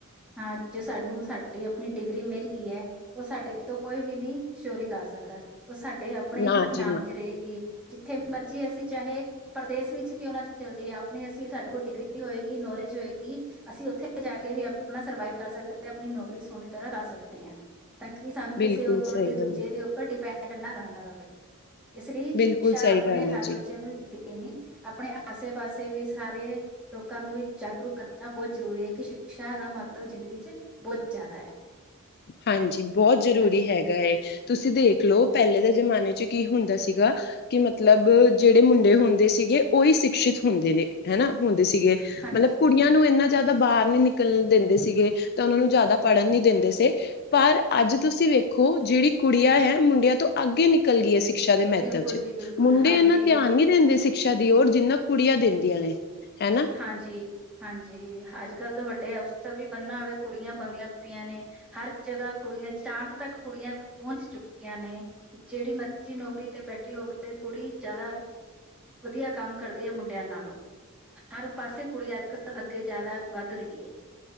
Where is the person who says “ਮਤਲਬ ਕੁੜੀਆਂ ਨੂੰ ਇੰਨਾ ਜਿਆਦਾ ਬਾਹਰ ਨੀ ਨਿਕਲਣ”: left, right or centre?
Left